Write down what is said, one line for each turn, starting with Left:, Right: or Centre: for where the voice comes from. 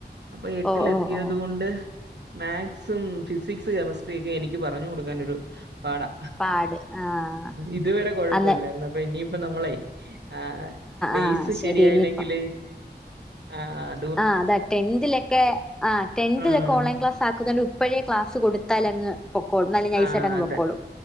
Right: അപ്പൊ എട്ടില്
Centre: ഓ ഓ
Right: എത്തിയതു
Centre: ഓ
Right: കൊണ്ട് മാക്സും ഫിസിക്സ് കെമിസ്ട്രിയെക്കെ എനിക്ക് പറഞ്ഞു കൊടുക്കാനൊരു പാടാ
Centre: പാട് ആഹ്
Right: ഇതുവരെ കുഴപ്പല്ലായിരുന്നു
Centre: അന്ന്
Right: അപ്പൊ ഇനിയിപ്പ നമ്മളെ ആഹ് ബേസ്
Centre: ആഹ് ശരി
Right: ശരിയായില്ലെങ്കില്
Centre: ഇനിയിപ്പ
Right: ആഹ് ആഹ്
Centre: ആഹ് അതാ ടെൻതിലോക്കെ ആഹ് ടെൻതിലോക്കെ
Right: ആഹ്
Centre: ഓൺലൈൻ ക്ലാസ് ആക്കുന്ന ഇപ്പോയെ ക്ലാസ് കൊടുത്താലങ്ങ് പക്കോ നല്ല നൈസായിട്ടങ്ങ്
Right: ആഹ് അത്
Centre: പൊക്കോളും